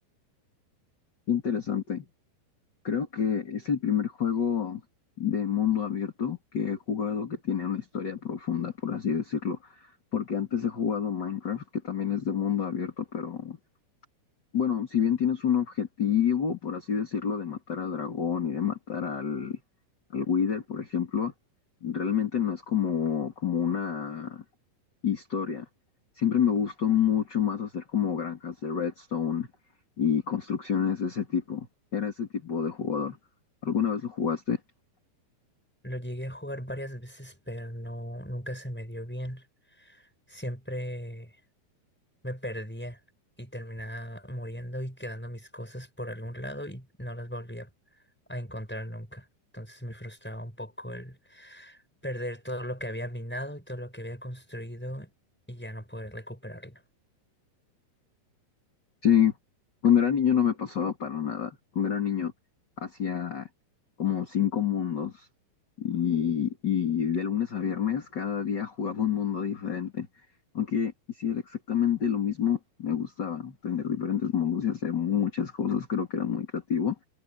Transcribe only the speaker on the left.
Interesante. Creo que es el primer juego de mundo abierto que he jugado que tiene una historia profunda, por así decirlo. Porque antes he jugado Minecraft, que también es de mundo abierto, pero Bueno, si bien tienes un objetivo, por así decirlo, de matar al dragón y de matar al, al Wither, por ejemplo, realmente no es como, como una historia. Siempre me gustó mucho más hacer como granjas de redstone y construcciones de ese tipo. Era ese tipo de jugador. ¿Alguna vez lo jugaste?
Sí, cuando era niño no me pasaba para nada. Cuando era niño hacía como cinco mundos y, y de lunes a viernes cada día jugaba un mundo diferente. Aunque hiciera exactamente lo mismo, me gustaba tener diferentes mundos y hacer muchas cosas. Creo que era muy creativo.